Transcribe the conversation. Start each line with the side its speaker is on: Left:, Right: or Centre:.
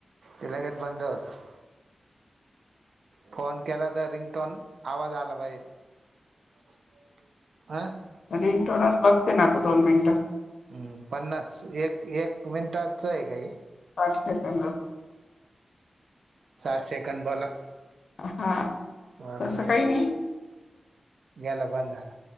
Right: ते लगेच बंद होतं. फोन केला तर रिंगटोन आवाज आला पाहिजेत. <unintelligible> अं
Left: रिंगटोनच बघते ना आता दोन मिनिटं
Right: हम् पन्नास एक एक मिनटाच आहे का हे
Left: आठ सेकंद
Right: साठ सेकंड बोला,
Left: हा
Right: बरं.
Left: तसं काही नाही
Right: गेलं बंद झालं.